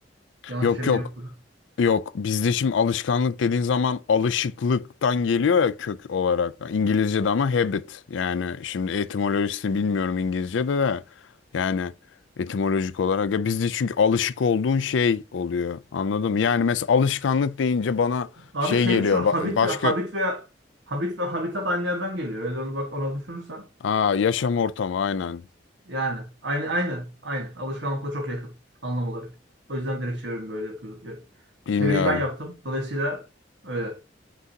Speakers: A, on the right; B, on the left.
A: Yanlış
B: yok
A: çeviri
B: yok
A: yok burada.
B: Yok bizde şimdi alışkanlık dediğin zaman alışıklıktan geliyor ya kök olarak. İngilizce'de ama habit yani şimdi etimolojisini bilmiyorum İngilizce'de de yani etimolojik olarak ya bizde çünkü alışık olduğun şey oluyor anladın mı? Yani mesela alışkanlık deyince bana
A: Abi
B: şey
A: şey
B: geliyor
A: düşün Habit
B: ba- başka
A: Habit ve Habit ve Habitat aynı yerden geliyor. Öyle onu bak ona düşünürsen.
B: aa, yaşam ortamı aynen
A: Yani aynı aynı aynı alışkanlıkla çok yakın anlam olarak. O yüzden direkt çevirimi böyle yapıyorum.
B: bilmiyorum.
A: Çeviriyi ben yaptım. Dolayısıyla öyle.